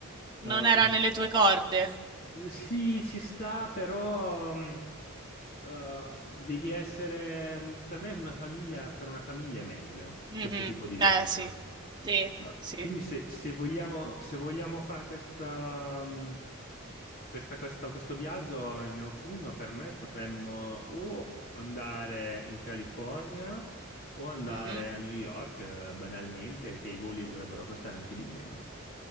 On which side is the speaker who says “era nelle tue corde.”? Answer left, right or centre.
Right